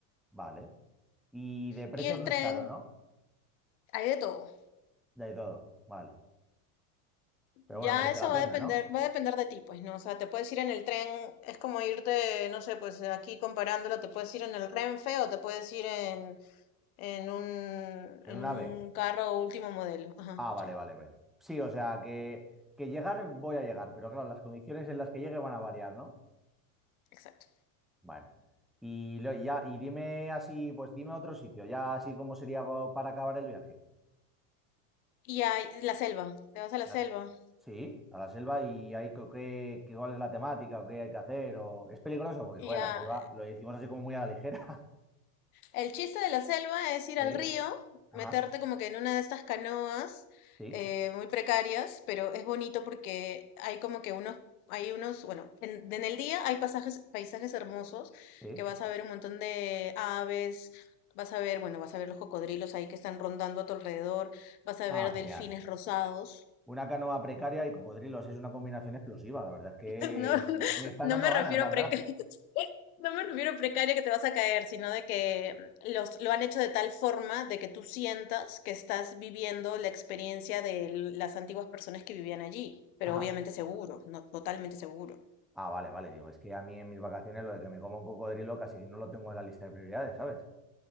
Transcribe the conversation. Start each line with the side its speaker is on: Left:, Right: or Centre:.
Centre: vale. Y de precios
Left: Y el
Centre: no
Left: tren,
Centre: es caro, ¿no?
Left: hay de todo.
Centre: De todo, vale. Pero
Left: Ya
Centre: bueno, merece
Left: eso
Centre: la pena,
Left: va a depender,
Centre: ¿no?
Left: va a depender de ti, pues, ¿no? O sea, te puedes ir en el tren, es como irte, no sé, pues aquí comparándolo, te puedes ir en el Renfe o te puedes ir en, en un,
Centre: En
Left: en
Centre: un
Left: un
Centre: ave.
Left: carro último modelo. Ajá,
Centre: Ah, vale,
Left: sí,
Centre: vale, vale. Sí, o sea, que, que llegar voy a llegar, pero claro, las condiciones en las que llegue van a variar, ¿no?
Left: exacto.
Centre: Bueno. Y lo- ya, y dime así, pues dime otro sitio, ya así como sería pa- para acabar el viaje.
Left: Y hay la selva, te vas a la
Centre: La-
Left: selva.
Centre: Sí, a la selva y hay co- qué, qué- cuál es la temática o qué hay que hacer o es peligroso porque
Left: Y
Centre: joder,
Left: ya
Centre: la selva lo hicimos así como muy a la ligera. <laughs>
Left: El chiste de la selva es ir
Centre: Sí,
Left: al río,
Centre: ajá,
Left: meterte como que en una de estas canoas
Centre: sí,
Left: eh, muy precarias, pero es bonito porque hay como que unos, hay unos, bueno, en, en el día hay pasajes, paisajes hermosos
Centre: sí.
Left: que vas a ver un montón de aves, vas a ver, bueno, vas a ver los cocodrilos ahí que están rondando a tu alrededor, vas a
Centre: Ah,
Left: ver delfines
Centre: genial.
Left: rosados
Centre: Una canoa precaria y cocodrilos es una combinación explosiva, la verdad es que
Left: <laughs> No,
Centre: me me están
Left: no
Centre: dando
Left: me refiero
Centre: ganas, la
Left: a
Centre: verdad.
Left: precario, <laughs> no me refiero a precaria que te vas a caer, sino de que mm, los, lo han hecho de tal forma de que tú sientas que estás viviendo la experiencia de l- las antiguas personas que vivían allí, pero
Centre: Ajá.
Left: obviamente seguro, no totalmente seguro.
Centre: Ah, vale, vale, digo, es que a mí en mis vacaciones lo de que me coma un cocodrilo casi que no lo tengo en la lista de prioridades, ¿sabes?